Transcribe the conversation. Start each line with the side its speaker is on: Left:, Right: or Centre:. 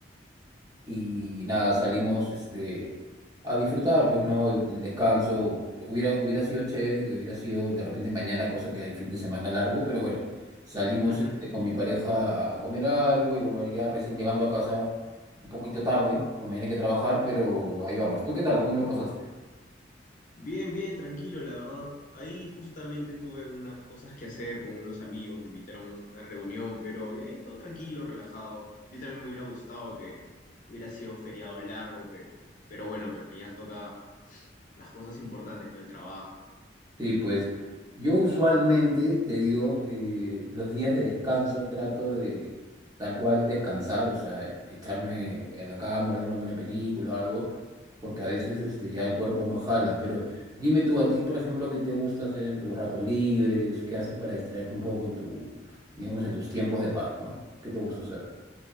Right: Y nada, salimos este, a disfrutar, pues, ¿no? El, el descanso. Hubiera, hubiera sido chévere que hubiera sido de repente mañana, cosa que hay fin de semana largo, pero bueno, salimos
Left: Ujú.
Right: este, con mi pareja a, a comer algo y bueno, ya recién llegando a casa un poquito tarde, pues mañana hay que trabajar, pero ahí vamos. ¿Tú qué tal? ¿Cómo lo pasaste?
Left: Bien, bien, tranquilo, la verdad. Ahí justamente tuve unas cosas que hacer con unos amigos, me invitaron a una reunión, pero de ahí todo tranquilo, relajado. Yo también me hubiera gustado que hubiera sido feriado largo, pero, pero bueno, pues mañana toca las cosas importantes, ¿no? El trabajo.
Right: Sí, pues yo usualmente, te digo, eh, los días de descanso trato de tal cual descansar, o sea, e- echarme en la cama, ver una buena película o algo, porque a veces este, ya el cuerpo no jala. Pero dime tú, a ti, por ejemplo, ¿qué te gusta hacer en tus ratos libres? ¿Qué haces para distraerte un poco en tu, digamos, en tus tiempos de paz, ¿no? ¿Qué te gusta hacer?